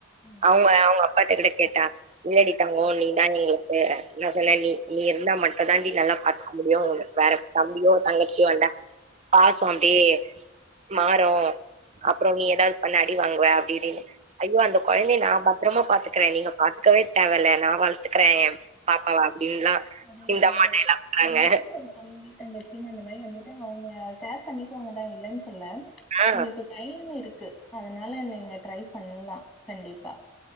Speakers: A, in the centre; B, on the right.
A: ம்.
B: அவங்க அவங்க அப்பாடகுட கேட் ட இல்லடி தங்ககோ நீ தான் நீ நான் சொன்னே நீ நீ இருந்தா மட்டும் தாண்டி நல்லா பாத்துக்க முடியும் உனக்கு வேற தம்பியோ தங்கச்சியோ வந்தா பாசம் அப்டியே மாறும் அப்புறம் நீ ஏதாவது பண்ணா அடி வாங்குவ அப்படி இப்படின்னு ஐயோ அந்த குழந்தய நான் பாத்ரூமா பாத்துக்குறேன் நீங்க பாத்துக்கவே தேவயில்ல நான் வளத்துக்குறேன் ஏன் பாப்பாவ அப்டின்லா
A: அதே
B: இந்த
A: ஒரு
B: அம்மா டைலாக் விட்றாங்க.
A: நமக்குன்னு ஒரு தம்பி தங்கச்சின்னு அந்த மாரி வந்து அவங்க கேர் பண்ணிப்பாங்கதான் இல்லன்னு சொல்ல
B: ஆ
A: உங்களுக்கு டைம் இருக்கு அதனால நீங்க ட்ரை பண்லான் கண்டிப்பா